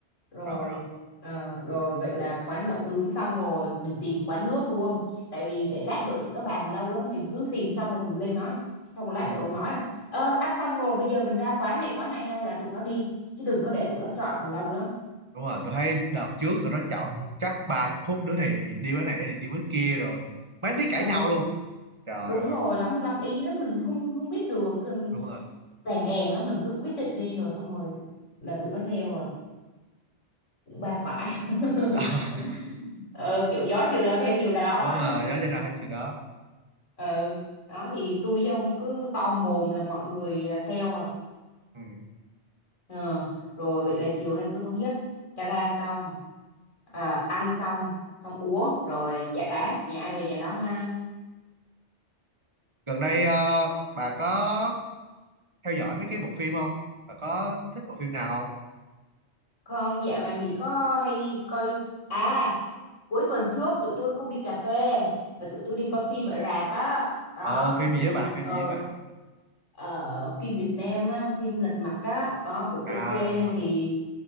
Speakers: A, on the left; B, on the right.
A: rồi
B: rồi rồi
A: ờ, rồi vậy là quán lẩu nướng xong rồi mình tìm quán nước luôn tại vì để lát nữa tụi nó bàn lâu lắm mình cứ tìm xong rồi mình lên nói xong rồi lát
B: Ừ,
A: nữa ông nói là, ờ, ăn xong rồi bây giờ mình ra quán này quán này ha là tụi nó đi chứ đừng có để tụi nó chọn lâu lắm
B: đúng rồi tôi thấy đợt trước tụi nó chọn chắc 30 phút đứa này đi với này đứa này đi với kia rồi mấy tí cãi
A: ờ
B: nhau luôn trời
A: đúng
B: ơi
A: rồi lắm lắm ý lắm mình không không biết được ừm,
B: đúng rồi
A: tèn èn lắm mình cứ quyết định đi rồi xong rồi là tụi nó theo à cũng ba phải <laughs>
B: <laughs>
A: ờ, kiểu gió chiều nào theo chiều đó
B: đúng rồi đó cho nên là hơi chuyện đó
A: ừ đó thì tôi với ông cứ to mồm là mọi người à, theo à
B: ừ.
A: Ờ, rồi vậy là chiều nay cứ thống nhất cara xong à, ăn xong xong uống rồi giải tán nhà ai về nhà đó ha
B: gần đây ờ, bà có theo dõi mấy cái bộ phim không bà có thích bộ phim nào không
A: Không, dạo này thì có hay coi à cuối tuần trước tụi tôi không đi cà phê mà tụi tôi đi coi phim ở rạp á đó
B: ồ phim
A: thì
B: gì với bà phim
A: ờ
B: gì với bà
A: ờ, phim Việt Nam á, phim Lật Mặt á ờ, cũng
B: à
A: ok
B: lật mặt
A: thì